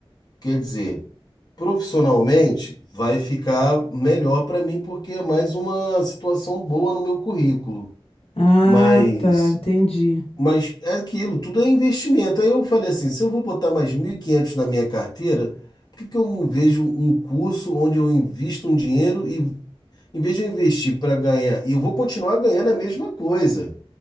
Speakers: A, on the left; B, on the left.
A: Quer dizer, Profissionalmente, vai ficar melhor para mim porque é mais uma situação boa no meu currículo.
B: Ah,
A: Mas,
B: tá, entendi.
A: mas é aquilo, tudo é investimento. Aí eu falei assim, se eu vou botar mais 1.500 na minha carteira, por que que eu não vejo um curso onde eu invisto um dinheiro e em vez de eu investir para ganhar, e eu vou continuar ganhando a mesma coisa.